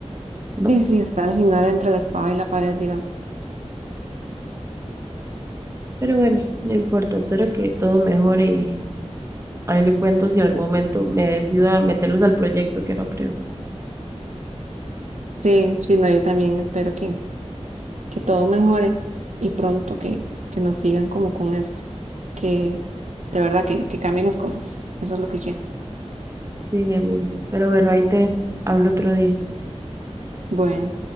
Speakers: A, on the right (about 25°); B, on the right (about 85°).
A: ¿no?
B: Sí, sí, está al final entre la espada y la pared, digamos.
A: Pero bueno, no importa, espero que todo mejore y ahí le cuento si en algún momento me decido a meterlos al proyecto, que no creo.
B: Sí, sí, no, yo también espero que, que todo mejore y pronto que, que nos sigan como con esto, que de verdad que, que cambien las cosas. Eso es lo que quiero.
A: Sí, amigo. Pero bueno, ahí te hablo otro día.
B: Bueno.